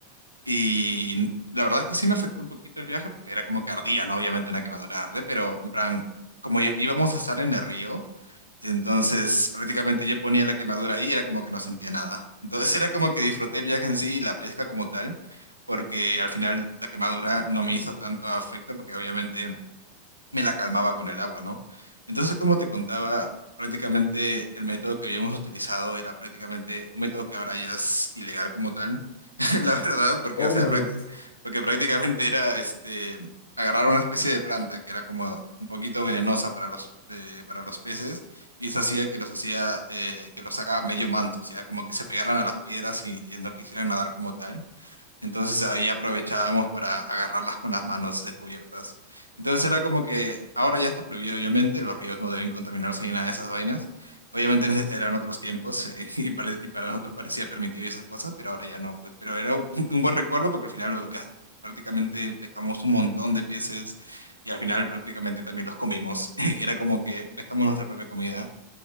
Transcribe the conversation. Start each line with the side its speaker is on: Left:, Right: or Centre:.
Right: Y la verdad es que sí me afectó un poquito el viaje, porque era como que ardía, ¿no? Obviamente una quemadura arde, pero en plan, como i- íbamos a estar en el río, entonces, prácticamente yo ponía la quemadura ahí y era como que no sentía nada. Entonces, <laughs> era como que disfruté el viaje en sí y la pesca como tal, porque al final la quemadura no me hizo tanto afecto porque obviamente me la calmaba con el agua, ¿no? Entonces, como te contaba, prácticamente el método que habíamos utilizado era prácticamente un método que ahora ya es ilegal como tal <laughs> la verdad, porque,
Left: Oh
Right: o sea,
Left: my
Right: prácti-
Left: God,
Right: porque prácticamente era este, agarrar una especie de planta que era como un poquito venenosa para los, eh, para los peces, y eso hacía que los hacía, eh, que los sacaba medio mansos, o sea, como que se pegaran a las piedras y, y no quisieran nadar como tal. Entonces ahí aprovechábamos para agarrarlas con las manos descubiertas. Entonces era como que ahora ya está prohibido, obviamente, los ríos no deben contaminarse ni nada de esas vainas. Obviamente <laughs> eran otros tiempos eh, <laughs> y, pare- y para nosotros parecía permitido y esas cosas, pero ahora ya no, pues. Pero era un <laughs> un buen recuerdo porque al final lo gas- prácticamente pescamos un montón de peces y al final prácticamente también los comimos. <laughs> Era como que pescamos nuestra propia comida.